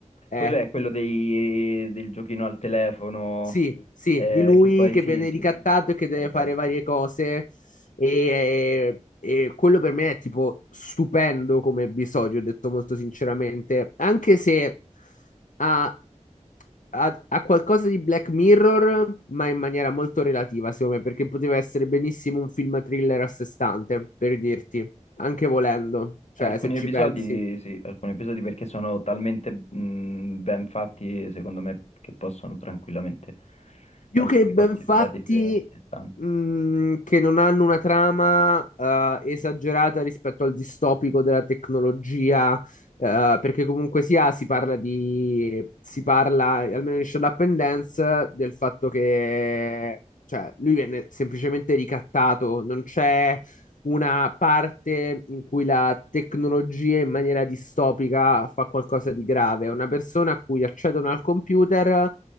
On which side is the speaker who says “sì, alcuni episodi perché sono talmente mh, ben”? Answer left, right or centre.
Left